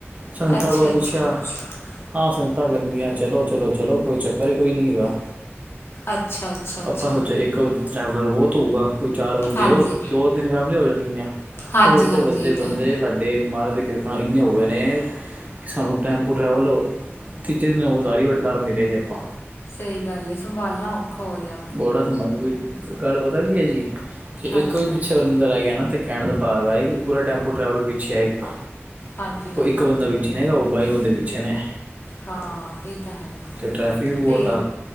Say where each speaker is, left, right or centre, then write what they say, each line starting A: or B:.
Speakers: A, on the right; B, on the left.
A: ਸੰਗਤਾਂ
B: ਅੱਛਾ-ਅੱਛਾ।
A: ਕੋਲ ਪੁੱਛਿਆ ਹਾਂ ਸੰਗਤਾਂ ਕੈਨ ਦੀਆਂ ਚਲੋ-ਚਲੋ-ਚਲੋ ਕੋਈ ਚੱਕਰ ਈ ਕੋਈ ਨੀ ਹੈਗਾ।
B: ਅੱਛਾ ਅੱਛਾ ਅੱਛਾ
A: ਆਪਾ ਸੋਚਿਆ ਇੱਕ ਟਰੈਵਲਰ ਬੋਤ ਹੂਗਾ ਕੋਈ ਚਾਰ ਬੰਦੇ
B: ਹਾਂਜੀ
A: ਓ ਦੋ-ਤਿੰਨ ਫੈਮਲੀ ਹੋ ਜਾਣਗੀਆਂ।
B: ਹਾਂਜੀ
A: ਓ ਵੱਧੇ-ਵੱਧੇ
B: ਹਾਂਜੀ ਇਹ ਤਾਂ
A: ਬੰਦੇ
B: ਹੈ
A: ਸਾਡੇ ਤੋ ਤੇ ਮਹਾਰਾਜ ਦੀ ਕਿਰਪਾ ਨਾ ਏਨੇ ਹੋਗੇ ਨੇ ਕਿ ਸਾਨੂੰ ਟੈਂਪੂ ਟਰੈਵਲ ਤੀਜੇ ਦਿਨ ਹੋਗੇ ਤਾਰੀ ਵੇਟ ਕਰ ਨੀ ਰੇ ਜੀ ਆਪਾਂ।
B: ਸਂਈ ਗੱਲ ਏ ਸੰਭਾਲਣਾ ਔਖਾ ਹੋ ਰੇਆ।
A: ਬੋੜਾ ਸੰਭਾਲ ਕੇ ਵੀ ਗੱਲ ਪਤਾ ਕੀ ਐ ਜੀ ਕਿ
B: ਹਾਂਜੀ
A: ਇੱਕ ਵੀ
B: ਹਾਂਜੀ
A: ਪਿੱਛੇ ਬੰਦਾ ਰਿ ਗਯਾ ਨਾ ਤੇ ਕੈਣ ਦਾ ਭਾਵ ਹੈ ਪੂਰਾ ਟੈਂਪੂ ਟਰੈਵਲ ਪਿੱਛੇ ਐ ਇੱਕ
B: ਹਾਂਜੀ ਹਾਂਜੀ
A: ਓ ਇੱਕ ਬੰਦਾ ਪਿੱਛੇ ਨੇਗਾ ਓ ਬਾਈ ਬੰਦੇ ਪਿੱਛੇ ਨੇ।
B: ਹਾਂ ਏ ਤਾਂ ਹੈ
A: ਤੇ ਟ੍ਰੈਫਿਕ ਵੀ ਬਹੁਤ
B: ਤੇ
A: ਆ